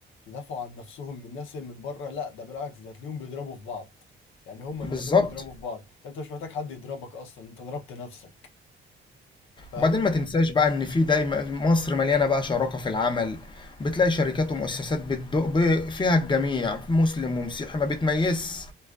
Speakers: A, on the left (about 80°); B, on the left (about 25°).
A: يدافعوا عن نفسهم من الناس اللي من بره لا ده بالعكس ده تلاقيهم بيضربوا في بعض يعني هما
B: بالظبط
A: نفسهم بيضربوا في بعض ده انت مش محتاج حد يضربك اصلا انت ضربت نفسك فاهم
B: وبعدين ما تنساش بقى ان في دايما مصر مليانه بقى شراكه في العمل بتلاقي شركات ومؤسسات بتدق ب- فيها الجميع مسلم ومسيحي ما بتميزش